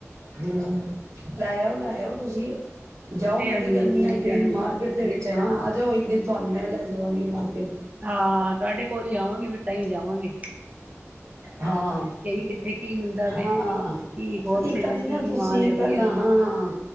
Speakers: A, on the right; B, on the right.
A: ਹਮ, ਲੈਓ ਲੈਓ ਤੁਸੀਂ। ਜਾਓ,
B: ਲੈ
A: ਮੈਂ
B: ਆਨੀ
A: ਤੇ ਕਹਿੰਦੀ
B: ਆ
A: ਹਾਂ,
B: ਵੀ
A: ਇੱਕ
B: ਜਾਂਦੀ
A: ਦਿਨ ਮਾਰਕੀਟ ਦੇ ਵਿੱਚ। ਹਾਂ, ਆ ਜਾਓ ਇੱਕ ਦਿਨ, ਤੁਹਾਨੂੰ ਮੈਂ ਲੈ ਜਾਵਾਂਗੀ ਨਾਲ।
B: ਹਾਂ, ਤੁਹਾਡੇ ਕੋਲ ਹੀ ਆਵਾਂਗੀ, ਫਿਰ ਤਾਂਹੀ ਜਾਵਾਂਗੀ।
A: ਹਾਂ,
B: ਕਿੱਥੇ ਕੀ ਮਿਲਦਾ ਵੇ
A: ਹਾਂ
B: ਕੀ ਹੋਲਸੇਲ
A: ਇਕ ਆਰੀ
B: ਵਿੱਚ
A: ਨਾ
B: ਕੀ ਕੀ
A: ਤੁਸੀਂ,
B: ਮਾਲ ਵਧੀਆ
A: ਪਹਿਲਾਂ ਹਾਂ,